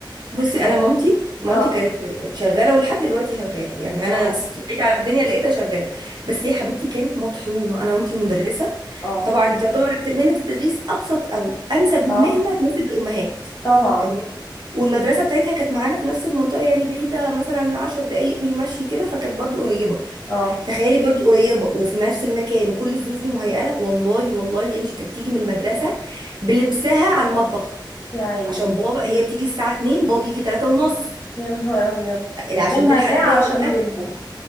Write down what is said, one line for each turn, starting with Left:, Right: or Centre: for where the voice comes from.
Right: بصي
Left: يعني
Right: انا مامتي مامتي
Left: اه
Right: كانت شغاله ولحد دلوقتي شغاله يعني انا
Left: اه
Right: وعيت على الدنيا لقيتها شغاله بس يا حبيبتي كانت مطحونه انا مامتي مدرسه
Left: اه
Right: طبعا تعتبر مهنه التدريس ابسط او انسب
Left: اه
Right: مهنه تناسب الامهات
Left: طبعا
Right: فاهماني والمدرسة بتاعتها كانت معانا في نفس المنطقة يعني بعيدة مثلا عشر دقايق قولي مشي كده فكانت برضو قريبة
Left: اه
Right: تخيلي برضو قريبة وفي نفس المكان وكل الظروف دي مهيئة لها والله والله انت كانت بتيجي من المدرسة بلبسها على المطبخ
Left: يا عيني
Right: عشان بابا هي بتيجي الساعة 2 بابا بيجي 3 ونص
Left: يا نهار ابيض قدامها
Right: عشان تلحق
Left: ساعة
Right: تجهز
Left: عشان
Right: الأكل
Left: تطبخ